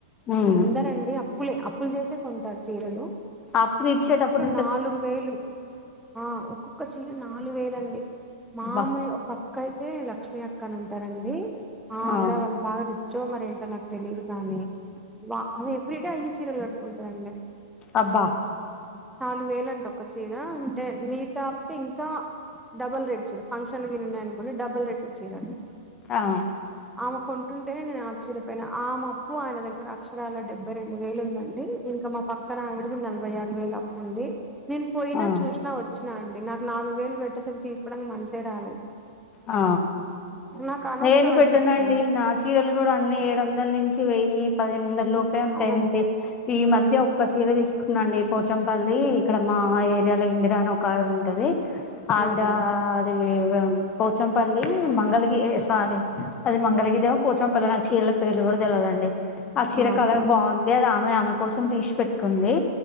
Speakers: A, on the left (about 30°); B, in the centre.
A: ఉమ్
B: అందరండి అప్పులే ఆప్పులు చేసే కొంటారు చీరలు
A: అప్పు తిరిచ్చేటప్పుడు
B: నాలుగువేలు ఆ ఒక్కఒక్క చి నాలుగు వేల అండి మామూలు
A: బా
B: ఒక అక్క అయితే లక్ష్మీ అక్క అని ఉంటారండి ఆ ఆవిడ
A: అవును
B: వాళ్ళు బాగా రిచ్చో మరి ఏంటో నాకు తెలీదు కానీ వా అ ఎవ్రీడే అయ్యచ్చ చీరలు కట్టుకుంటారండి
A: అబ్బా
B: నాలుగు వేల అంటే ఒక చీర అంటే మీతోప్పుడు ఇంకా డబు రట్ ఫంక్షన్లు ఉన్నా అనుకోండీ డబల్ రేట్లు ర
A: ఆ
B: ఆమె కొ ఆంటేనే నేను ఆశ్చర్యపోయిన ఆ మా అప్పు ఆయన దగ్గర అక్షరాల డెబ్బై రెండు వేలు ఉందండి ఇంకా మా పక్క క్క నా విడది నలభై ఆరు వేల అప్పుంది నేను పోయినా
A: ఆ
B: చూసిన వచ్చినా అండి నాకు నాలుగు వేలు పెట్టి అసలు తీసుకోవడానికి మనసే రాలేదు
A: ఆ
B: నాకు అనవసరం
A: నేను పెట్టనండి
B: అనిపించింది
A: నా చీరలు కూడా అన్ని ఏడు వందల నుంచి వెయ్య పదినిమింద
B: హ్మ్
A: లోపే ఉంటాయండి
B: అదంతే
A: ఈ
B: హ్మ్
A: మధ్య ఒక్క చీర తీసుకున్నాండి పోచంపల్లి ఇక్కడ మా ఏరియాలో ఇందిరా అని ఒక ఆవిడ ఉంటది ఆవిడ
B: అదే
A: రాలీట్
B: అదే
A: వ్యం పోచంపల్లి మంగళ్ గి ఎసు సారీ అది మంగళ్ గిరో పోచ్చంపల్లో చీర్లా పేర్లు గూడా తెల్వదండి ఆ చీర
B: నాకు
A: కలర్
B: అంతే
A: బాఉంది అది ఆమె ఆమె కోసం తీస్ పెట్టుకుంది